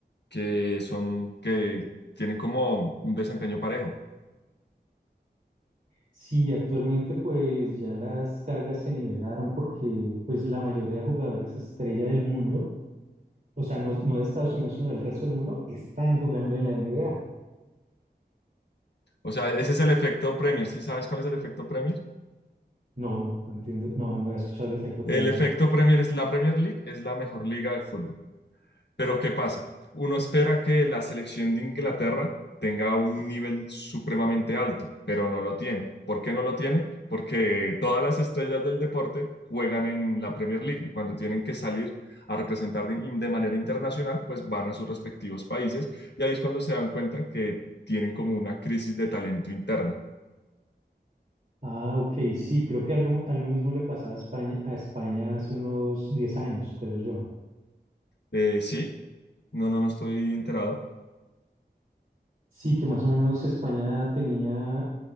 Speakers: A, on the left; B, on the right.
A: que son, que tienen como un desempeño parejo.
B: Sí, actualmente pues ya las cargas se nivelaron porque pues la mayoría de jugadores estrella del mundo, o sea, no, no de Estados Unidos, sino del resto del mundo, están jugando en la NBA.
A: O sea, ese es el efecto Premier. ¿Sí sabes cuál es el efecto Premier?
B: No, no, no entiendo, no, no había escuchado el efecto
A: El
B: Premier.
A: efecto Premier es la Premier League, es la mejor liga de fútbol. Pero ¿qué pasa? Uno espera que la selección de Inglaterra tenga un nivel supremamente alto, pero no lo tiene. ¿Por qué no lo tiene? Porque todas las estrellas del deporte juegan en la Premier League y cuando tienen que salir a representar de, de manera internacional, pues van a sus respectivos países y ahí es cuando se dan cuenta que tienen como una crisis de talento interna.
B: Ah, ok, sí, creo que algo, algo mismo le pasaba a España, a España hace unos 10 años, creo yo.
A: Eh, sí, no, no, no estoy enterado.
B: Sí, que más o menos España tenía